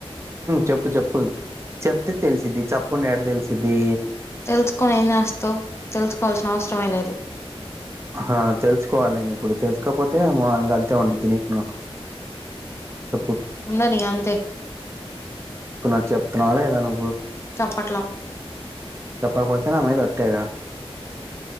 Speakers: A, on the right; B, on the left.
A: చెప్పు చెప్పు చెప్పు అ తెలిసిది చప్పుకుడా ఏడ తెలిసిది
B: తెలుసుకొని ఏనాస్తో తెలుసుకోవాల్సిన అవసరమే లేదు
A: ఆ తెలుసుకోవాలి నేను ఇప్పుడు తెలుసుకోకపోతే మా ఇం అంతే ఉండిది నీకు నాకు చెప్పు
B: ఉండ న అంతే
A: ఇప్పుడు నాకు చెప్తున్నాాలేదను
B: చప్పట్లా
A: చెప్పకపోతే నా మీదొట్టేగా ఇక